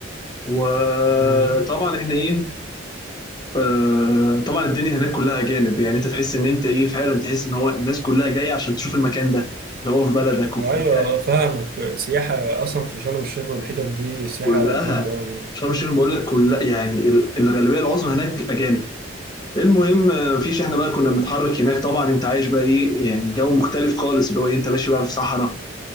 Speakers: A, on the left; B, on the right.
A: وطبعا
B: مم.
A: احنا ايه آه، طبعا الدنيا هناك كلها اجانب يعني انت تحس ان انت ايه فعلا تحس ان هو الناس كلها جايه عشان تشوف المكان ده اللي هو في بلدك وفي
B: ايوه
A: مكان
B: فاهمك سياحه اصلا في شرم الشيخ والحتت دي سياحه
A: كلها
B: جامده قوي يعني
A: شرم الشيخ بقول لك كلها يعني ال- الغالبيه العظمى هناك اجانب المهم آه، مفيش احنا بقى كنا بنتحرك هناك طبعا انت عايش بقى ايه يعني الجو مختلف خالص اللي هو ايه انت ماشي بقى في صحراء